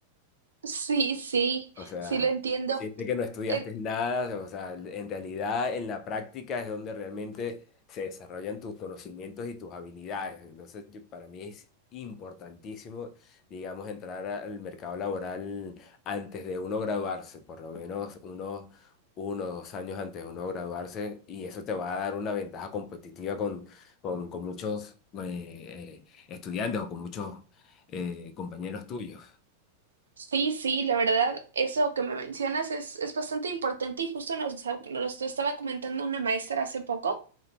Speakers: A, on the right; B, on the left.
A: Sí, sí,
B: O sea,
A: sí lo entiendo.
B: siente que no estudiaste
A: Eh,
B: nada, o sea, en realidad en la práctica es donde realmente se desarrollan tus conocimientos y tus habilidades. Entonces, yo- para mí es importantísimo, digamos, entrar al mercado laboral antes de uno graduarse, por lo menos unos uno o dos años antes de uno graduarse, y eso te va a dar una ventaja competitiva con, con, con muchos eh, eh, estudiantes o con muchos eh, compañeros tuyos.
A: sí, sí, la verdad, eso que me mencionas es, es bastante importante y justo nos, nos lo estaba comentando una maestra hace poco.